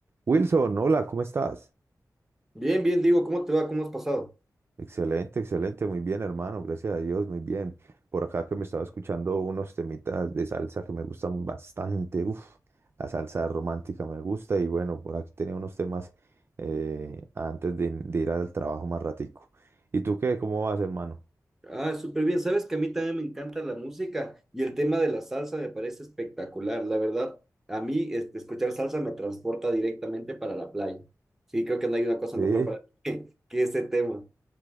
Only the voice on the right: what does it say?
Wilson, hola, ¿cómo estás?
Excelente, excelente, muy bien, hermano, gracias a Dios, muy bien. Por acá que me estaba escuchando unos temitas de salsa que me gustan bastante, uf, la salsa romántica me gusta y bueno, por aquí tenía unos temas eh, antes de, de ir al trabajo más ratico. ¿Y tú qué? ¿Cómo vas, hermano?
Sí.